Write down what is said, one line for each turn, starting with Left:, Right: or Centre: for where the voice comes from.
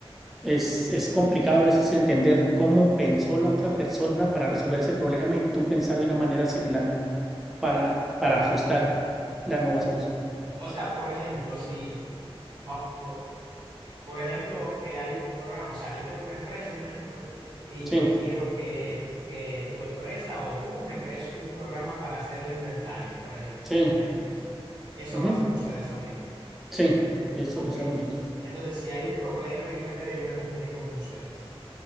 Centre: es, es complicado a veces entender cómo pensó la otra persona para resolver ese problema y tú pensar de una manera similar para, para ajustar la nueva solución.
Right: O sea, por ejemplo, si, va- por, por ejemplo, que hay un programa, o sea, yo tengo una empresa, un ejemplo, y
Centre: Sí,
Right: yo quiero que, que tu empresa o tú me crees un programa para hacer el inventario, por ejemplo,
Centre: sí,
Right: de mi empresa. Eso
Centre: ujú,
Right: lo hacen ustedes también.
Centre: sí, eso
Right: Ok.
Centre: lo hacemos nosotros.
Right: Entonces, si hay un problema en el inventario, yo me comunico con ustedes.